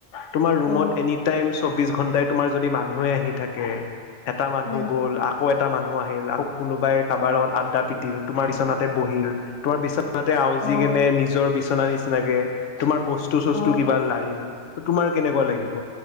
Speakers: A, on the left; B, on the left.
A: তোমাৰ ৰুমত
B: অ
A: এনি টাইম চব সোবিশ <unintelligible> ঘণ্টাই যদি মানুহে আহি থাকে এটা মানু্হ
B: উম
A: গল আকৌ এটা এটা মানুহ আহিল আকৌ কোনোবাই কাবাৰ লগত আড্ডা পিতিল তোমাৰ বিচনাতে বহিল তোমাৰ বিচনা ত তাতে আওজি
B: অ
A: কেনে নিজৰ বিচনা নিচিনাকে তোমাৰ বস্তু চস্তু
B: অ
A: কিবা লাৰিল তোমাৰ কেনেকুৱা লাগিব